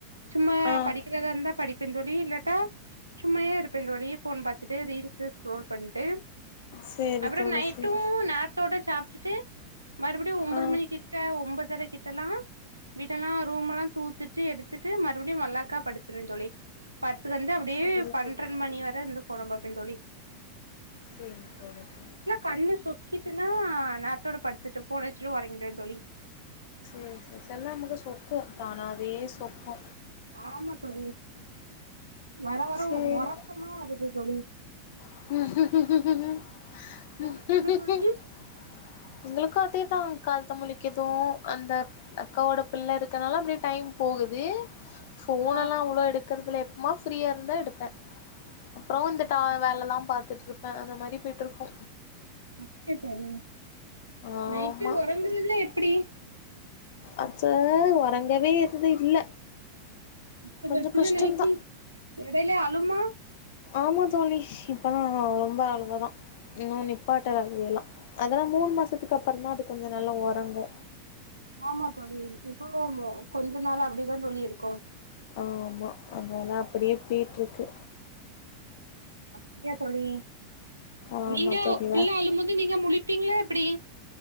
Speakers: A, on the right; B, on the left.
A: சும்மா
B: ஆ
A: படிக்கிறதா இருந்தா படிப்ப தோழி இல்லாட்டா சும்மாயே இருப்பே தோழி ஃபோன் பாத்துட்டு ரீல்ஸு ஸ்க்ரோல் பண்ட்டு
B: சேரி
A: அப்பறொ
B: தோழி
A: நைட்டு
B: சேரி
A: நேர்த் தோட சாப்ட்டுட்டு மறுப்டியு ஒம்போது
B: ஆ
A: மணிக்கிட்ட ஒன்போதர கிட்டல்லா வீட்டல்லா ரூம்மல்லா தூத்துட்டு எடுத்துட்டு மறுப்டியு மல்லாக்கா படுத்துருவ தோழி பத்து வந்து அ ப்டியே
B: சேரி
A: பண்றன்
B: தோழி
A: மணி வர இருந்து ஃபோன பாப்பேன் தோழி
B: சேரி தோழி சேரி
A: கண்ணு சொக்கிட்டுனா நேரத்தோட படுத்துட்டு ஃபோன வச்சுட்டு ஒரங்கிடுவ தோழி
B: சேர் சேர் செல் நேரொ நமக்கு சொக்கும் தானாவே சொக்கு
A: ஆமா தோழி வர வர
B: சேரி
A: ஒரக்கமா வருது தோழி
B: ந <inaudible>
A: உங்களுக்கு எப்டி தோழி
B: எங்களுக்கு அதேதா காலத்த முழிக்கெற்து அந்த அக்காவோட புள்ள இருக்கனால அப்டியே டைம் போகுது ஃபோனல்லா
A: ஆ
B: அவ்ளோ எடுக்கற்து இல்ல எப்பமா ஃப்ரீயா இருந்தா எடுப்ப அப்பறோ
A: அப்டியா
B: இந்த ட
A: தோழி
B: வேலலா பாத்துட்ருப்ப அந்த மாரி போயிட்ருக்கு
A: ஓகே தோழி
B: ஆமா
A: நைட்டு ஒறங்குறதுலா எப்டி
B: அது ரறங்கவே இது இல்ல
A: <unintelligible>
B: கொஞ்சோ
A: புள்ள
B: கஷ்டந்தா
A: நைட்டி எடைல அழுமா
B: ஆமா தோழி இப்பல்லா ரொம்ப அழவ தா இன்னு நிப்பாட்டல அழுவயெல்லா அதுலா மூணு மாசத்துக்கு அப்பறந்தா அது கொஞ்சொ நல்லா ஒறங்கு
A: ஆமா தோழி இப்போ கொஞ்ச நாளு அப்டிதா தோழி இருக்கு
B: ஆமா அதல்லா அப்டியே பேய்ட்ருக்கு
A: அப்டியா தோழி
B: ஆமா
A: நீங்க
B: தோழி
A: பிள்ள
B: வே
A: அழும் போது நீங்க முழிப்பீங்ளா எப்டி